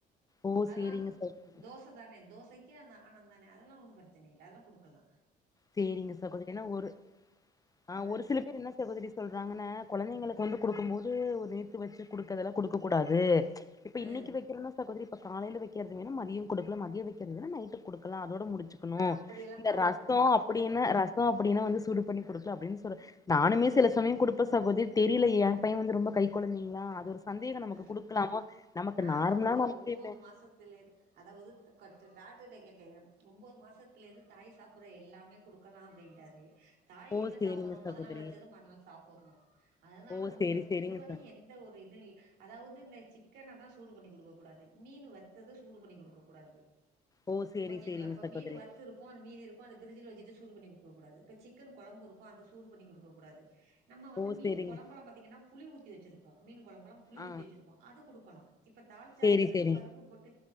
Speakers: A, on the left (about 20°); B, on the right (about 75°).
A: ஓ
B: அதெலாம்
A: சேரிங்க சகோதரி
B: தோச தானே தோசைக் க ஆனந்தானே அதெலாம் ஒண்ணும் பிரச்சன இல்ல அதெல்லாம் குடுக்கலாம்
A: சேரிங்க சகோதரி நா ஒரு ஆ
B: அ
A: ஒரு சில பேர் என்ன சகோதரி சொல்றாங்கன்ன கொழந்தைங்களுக்கு வந்து குடுக்கும் போது வந்து ஒரு நேத்து வச்சு குடுக்கறதெல்லாம் குடுக்க கூடாது இப்ப
B: அ
A: இன்னைக்கு வக்கிறோன்ன சகோதரி காலயில வக்கிறது மதியம் குடுல மதியம் வக்கிறது நைட்டு் குடுக்கலா அதோட முடிச்சுக்கணும்
B: நா அப்படியெல்லா
A: இந்த
B: பாக்க
A: ர
B: மாட்டமா
A: ரசோம் அப்டின்னு ரசோம் அப்டின்னா வந்து சூடு பண்ணி குடுத்து அப்டின்னு சொல்றே நானுமே சில சமயம் குடுப்ப சகோதிரி தெரியல என் பையன் வந்து ரொம்ப கை கொழந்தீங்களா அது ஒரு சந்தேகம் நமக்கு
B: அ
A: குடுக்கலாமோ நமக்கு
B: நான்
A: நார்மலா
B: வந்து
A: நமக்கு
B: ஒம்போது
A: இப்ப
B: மாசத்தில அதாவது டாக்டர்கிட்ட கேட்டே ஒன்பது மாசத்துலருந்து தாய் சாப்டுற எல்லாமே குடுக்கலாம் அப்டின்டாரு தாய்
A: ஓ
B: என்ன
A: சேரிங்க
B: சாப்டுறோம் மொத
A: சகோதரி
B: நாள் வச்சத மறுநாள் சாப்ட்றோம் அதனால
A: ஓ
B: ஒண்ணும்
A: சேரி
B: பிரச்சன
A: சேரிங்க
B: இதுவரையும்
A: ச
B: எந்த ஒரு இது இல்ல அதாவது இந்த சிக்கன தான் சூடு பண்ணி குடுக்க கூடாது மீன் வறுத்தத சூடு பண்ணி குடுக்க கூடாது
A: ஓ சேரி
B: ஓகேங்களா
A: சேரிங்க
B: இப்ப
A: சகோதரி
B: மீன் வறுத்து இருப்போம் அந்த மீதி இருக்கும் அத பிரிட்ஜில வச்சுட்டு சூடு பண்ணி கொடு குடுக்க கூடாது இப்ப சிக்கன் கொழம்பு இருக்கும் அத சூடு பண்ணி குடுக்கக் கூடாது நம்ம வந்து
A: ஓ
B: மீன்கொழம்பெல்ல
A: சேரிங்க
B: பாத்தீங்கன்னா புளி வச்சுிருப்போ மீன் குழம்பு புளி
A: ஆ
B: ஊத்தி வச்சிருப்போம் அதை கொடுக்கலாம் இப்ப தாளிச்சாங்கறிறது
A: சேரி சேரி
B: பருப்பு போட்டு